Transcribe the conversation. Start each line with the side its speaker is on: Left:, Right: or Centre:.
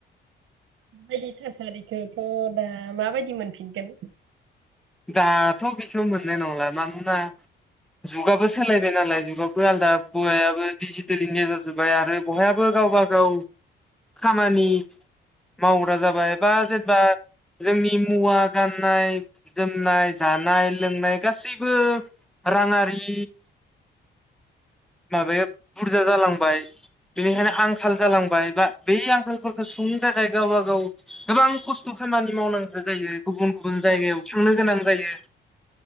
Right: बायदि थासारिखौथ दा माबायदि मोनफिनगोन
Centre: दाथ बेखौ मोननाय नंला मानोना जुगाबो सोलायबाय नालाय जुगाबो आलदा मुगायाबो डिजिटेलिनि गोजा जाजोब्बाय आरो बयहाबो गावबा गाव खामानि मावो जाबाय बा जेनबा जोंनि मुवा गाननाय जोमनाय जानाय लोंनाय गासैबो राङारि माबाया बुरजा जालांबाय बेनिखायनो
Right: औ
Centre: आंखाल जालांबाय बा बे आंखालफोरखौ सुंनो थाखाय गावबा गाव गोबां खस्थ खामानि मावनांगौ जायो। गुबुन गुबुन
Right: औ
Centre: जायगायाव थांनो गोनां जायो।